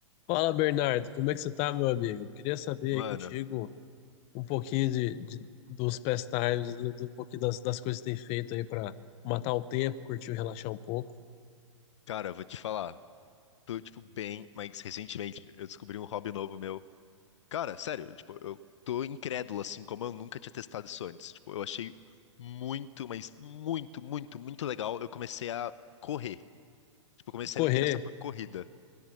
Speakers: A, on the left; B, on the left.
A: Fala, Bernardo, como é que você tá, meu amigo? Queria saber
B: Mano,
A: aí contigo um pouquinho de, de- dos pastimes, do, do, um pouquinho das, das coisas que tem feito aí pra matar o tempo, curtir, e relaxar um pouco.
B: cara, eu vou te falar. Tô, tipo, bem, mas recentemente eu descobri um hobby novo meu. Cara, sério, tipo, eu tô incrédulo, assim, como eu nunca tinha testado isso antes. Tipo, eu achei muito, mas muito, muito, muito legal. Eu comecei a correr. Tipo, eu comecei
A: Correr,
B: a me interessar por corrida.